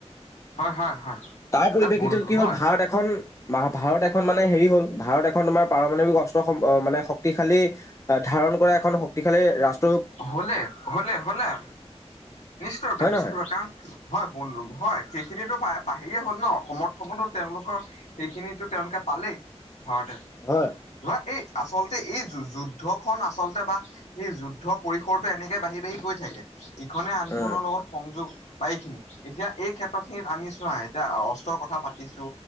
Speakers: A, on the left (about 80°); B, on the left (about 25°).
A: হয় হয় হয় উম হয় হয় হয় হয়
B: তাৰ পৰিপ্ৰেক্ষিতত
A: এ বন্ধু
B: কি হ'ল,
A: হয়
B: ভাৰত এখন ভাৰত এখন মানে হেৰি হ'ল, ভাৰত এখন তোমাৰ পাৰমাণৱিক অস্ত্ৰ সম্প মানে শক্তিশালী ধাৰণ কৰা এখন শক্তিশালী ৰাষ্ট
A: হলে, হলে, হলনা নিশ্চয় কাৰণ
B: হয় নহয়?
A: হয়, হয়, সেইখিনিতো পা-পাহিৰে হ'ল নহ সমৰ্থনতো তেওঁলোকৰ সেইখিনিতো তেওঁলোকে পালেই ঘৰতে।
B: হয়।
A: ধৰা এই আচলতে এই যু-যুদ্ধখন আচলতে বা সেই যুদ্ধ পৰিসৰটো এনেকে বাঢ়ি বাঢ়ি গৈ থাকেষ, ইখনে আনখনৰ
B: উম
A: লগত সংযোগ বা এইখিনি, এতিয়া এই ক্ষেত্ৰ খিনিত আমি চোৱা এতিয়া অস্ত্ৰৰ কথা পাতিছো